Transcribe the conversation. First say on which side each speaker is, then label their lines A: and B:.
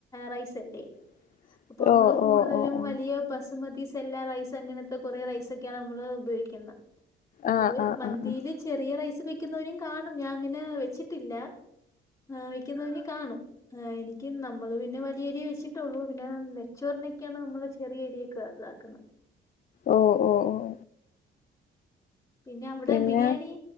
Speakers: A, on the left; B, on the left.
A: റൈസല്ലേ
B: <unintelligible>
A: ഇപ്പൊ നമ്മള് കൂടുതലും
B: ഓ ഓ ഓ
A: വലിയ ബസ് മതി സെല്ലാ റൈസ് അങ്ങനത്തെ കുറേ റൈസൊക്കെയാണ് നമ്മള് ഉപയോഗിക്കുന്നെ
B: ആഹ്
A: അപ്പ
B: ആഹ്
A: മന്തിയില്
B: ആഹ്
A: ചെറിയ റൈസ് വെക്കുന്നവരും കാണും ഞാൻ അങ്ങനെ വെച്ചിട്ടില്ല. ആഹ് വെക്കുന്നവനീം കാണും ആഹ് എനിക്ക് നമ്മള് പിന്നെ വലിയ അരിയേ വെച്ചിട്ടുള്ളൂ പിന്നെ നെച്ചോറിനൊക്കെയാണ് നമ്മള് ചെറിയരിയൊക്കെ ഇതാക്കുന്നത്.
B: ഓഹ് ഓഹ് ഓഹ്
A: പിന്നെ അവിടെ
B: പിന്നെ
A: ബിരിയാണി